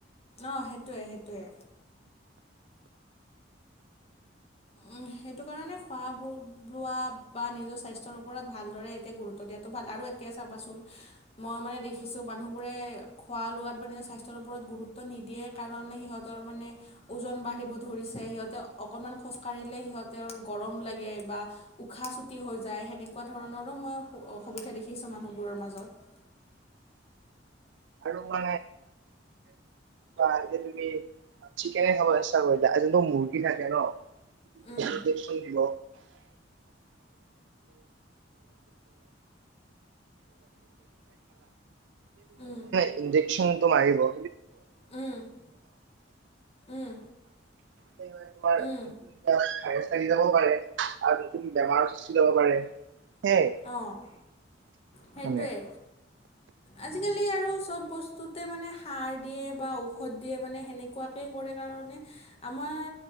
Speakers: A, on the left (about 35°); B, on the right (about 70°).
A: অ' সেইটোৱে সেইটোৱে উম সেইটো কাৰণে খোৱাবোৰ লোৱা বা নিজৰ স্বাস্থ্যৰ ওপৰত ভালদৰে এতিয়া গুৰুত্ব দিয়াতো ভাল আৰু এতিয়া চাবাচোন। মই মানে দেখিছোঁ মানুহবোৰে খোৱা লোৱাত মানে স্বাস্থ্যৰ ওপৰত গুৰুত্ব নিদিয়ে। কাৰণ মানে সিহঁতৰ মানে ওজন বাঢ়িব ধৰিছে সিহঁতে অক কণমান খোজ কাঢ়িলে সিহঁতে আৰু গৰম লাগে বা। উশাহ চুটি হৈ যায় সেনেকুৱা ধৰণৰো মই অসুবিধা দেখিছোঁ মানুহবোৰৰ মাজত।
B: <inaudible> চোৱা আজিকালি চিকেনে খাব লাগে <unintelligible> জোনটো মুৰ্গী থাকে ন
A: উম
B: ইনজেকচন দিব
A: উম
B: <unintelligible> <inaudible> ইনজেকচনটো মাৰিব <unintelligible>
A: উম উম
B: সেইবাবে
A: উম
B: তোমাৰ <unintelligible> থাকি যাবও পাৰে আৰু নতুন বেমাৰৰ সৃষ্টি হ'ব পাৰে। সেয়াই
A: অ' সেইটোৱে।
B: মানে
A: আজিকালি আৰু চব বস্তুতে মানে সাৰ দিয়ে বা ঔষধ দিয়ে মানে সেনেকুৱা। কৈ কৰে কাৰণে আমাৰ